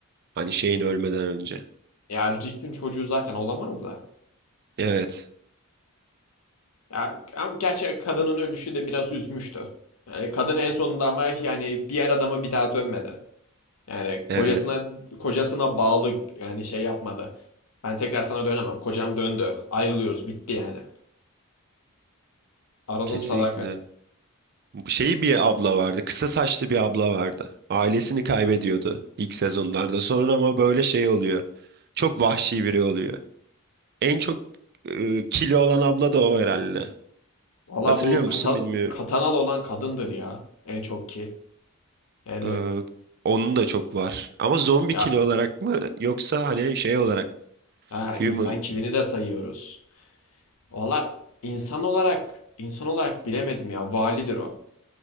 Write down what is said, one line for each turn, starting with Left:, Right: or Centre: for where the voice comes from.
Right: Hani şeyin ölmeden önce.
Left: ya Rick'in çocuğu zaten olamaz da.
Right: Evet.
Left: Ya ama gerçi kadının ölüşü de biraz üzmüştü. Yani kadın en sonunda ama yani diğer adama bir daha dönmedi. Yani kocasına
Right: Evet,
Left: kocasına bağlı yani şey yapmadı. Ben tekrar sana dönemem. Kocam döndü. Ayrılıyoruz. Bitti yani. Aradığım
Right: kesinlikle.
Left: sadakat.
Right: Bu Şey bir abla vardı, kısa saçlı bir abla vardı. Ailesini kaybediyordu ilk sezonlarda. Sonra ama böyle şey oluyor. Çok vahşi biri oluyor. En çok e, kilo olan abla da o herhalde.
Left: Valla
Right: Hatırlıyor
Left: bu
Right: musun
Left: kata,
Right: bilmiyorum.
Left: katanalı olan kadındır ya. En çok kil. Yani
Right: Ee, onun da çok var. Ama zombi
Left: ya
Right: kilo olarak mı yoksa hani şey olarak mı?
Left: ha, insan
Right: human
Left: kilini de sayıyoruz. Valla insan olarak insan olarak bilemedim ya. Validir o.